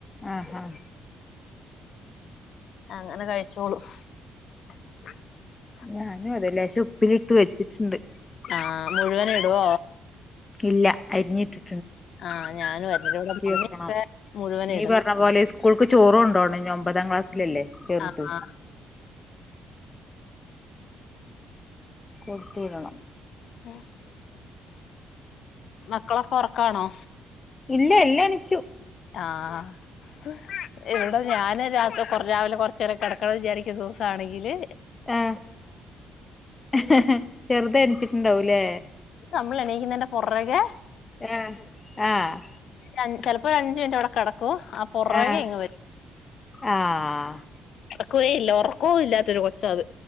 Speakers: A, on the left; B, on the left.
A: ആഹ് ആഹ്
B: അങ്ങനെ കഴിച് ന്നോളും <inaudible>
A: ഞാനുമതെ ഉപ്പിലിട്ടു വെച്ചിട്ടുണ്ട്
B: ആഹ് മുഴുവനും ഇട്വോ
A: ഇല്ല അരിഞ്ഞിട്ട്
B: ആ ഞാനും അരിഞ്ഞ <unintelligible>
A: വെക്കണം
B: മുഴുവനും
A: നീ
B: ഇടും
A: പറഞ്ഞ പോലെ സ്കൂൾക്ക് ചോറ് കൊണ്ടു പോകണം ഇനി ഒമ്പതാം ക്ലാസ്സ്‌ ല്ല ല്ലെ ചെറുത്
B: ആഹ്
A: കുട്ടികളോ?
B: ആ ശേ മക്കളൊക്കെ ഉറക്കാണോ?
A: ഇല്ല എല്ലാ എണീച്ചു.
B: ആഹ് ഞാൻ രാവിലെ കുറച്ച് നേര കെടക്കണ വിചാരിച്ച ദിവസം ആണെങ്കില്
A: ങേ ഹാ ഹാ ചെറുത് എണീച്ചിട്ടുണ്ടാവും ല്ലെ
B: നമ്മളാഎണീക്കുന്നതിന്റെ പുറകെ
A: അ ആഹ്
B: അഞ്ജക്ക് പോ അഞ്ചു മിനിറ്റാടെ കടക്കും ക്കോ പുറകെ
A: ആഹ്
B: ഇങ്ങ വരും
A: ആഹ്
B: അടക്കുവേ ഉറക്കവും ഇല്ലാത്ത കൊച്ച അത്